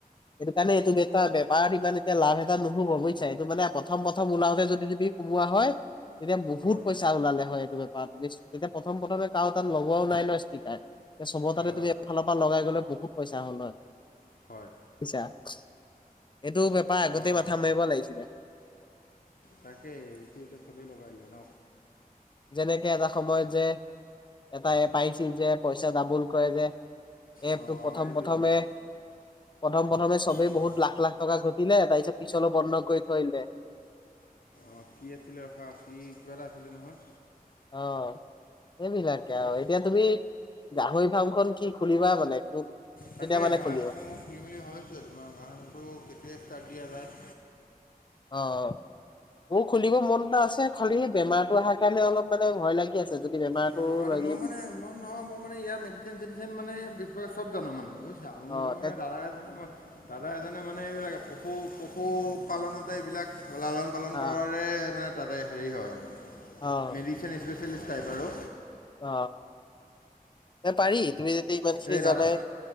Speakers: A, on the left (about 30°); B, on the left (about 65°).
A: সেইটো কাৰণে এইটো বিষয়ে এটা বেপাৰত ইমান এতিয়া লাভ এটা নহব বুজিছ এইটো মানে প্ৰথম প্ৰথম ওলাও- যদি তুমি কোমোৱা হয় তেতিয়া বহুত
B: হয়
A: পইচা ওলালে হয় এইটো। তুমি তেতিয়া প্ৰথম প্ৰথমে কাৰো তাত লগোৱাও নাই ন স্পিকাৰ চবৰ
B: হয়
A: তাতে
B: হয়
A: তুমি এফালৰ পৰা লগাই গলে বহুত পইচা হ'ল হয়
B: হয়
A: বুইছা- এইটো বেপাৰ আগতেই
B: অঁ
A: মাথা মাৰিব লাগিছিলে
B: তাকেই এইটো এতিয়া চবেই লগাই দিলে ন
A: যেনেকে এটা সময়ত যে এটা এপ আহিছিল যে পইচা ডাবুল কৰে যে এপ
B: অঁ
A: টো প্ৰথম
B: অঁ এইটো
A: প্ৰথমে
B: তোমাৰ
A: প্ৰথম প্ৰথমে চবেই
B: এই-
A: বহুত লাখ লাখ টকা ঘটিলে তাৰ পিছত পিছলৈ বন্ধ কৰি থৈ দিলে
B: অ কি আছিলে ৰখা কি কিবা এটা আছিলে নহয়
A: অ এইবিলাকে
B: অঁ
A: আৰু এতিয়া তুমি গাহৰি ফাৰ্ম খন কি খুলিবা মানে
B: তাকেই
A: কেতিয়া মানে
B: গাঁহৰি
A: খুলিবা?
B: মই ফুলিম বুলি ভাবিছোঁ তোমাৰ গাঁহৰি কেতিয়াই তাকিয়া যাই
A: অ অ মোৰ খুলিব মন এটা আছে খালি বেমাৰটো অহাৰ কাৰণে অলপ মানে ভয় লাগি আছে যদি বেমাৰটো
B: মই
A: লাগি
B: মানে মই নহয় মই মানে ইয়াৰ মেডিচিন চেডিচিন মানে বিষয়ে চব জানো মানে বুজিছা মই
A: অ',
B: মানে
A: তে
B: দাদাই জানে মই দাদা এজনে মানে এইবিলাক পশু পশুপালনতে এইবিলাক লালন পালন
A: অ',
B: কৰাৰে মানে তাতে হেৰি হয় আৰু
A: অ',
B: মেডিচিন স্পেচিয়েলিষ্ট টাইপ আৰু
A: অ এ পাৰি তুমি যদি ইমান খিনি
B: এই দাদা
A: জানাই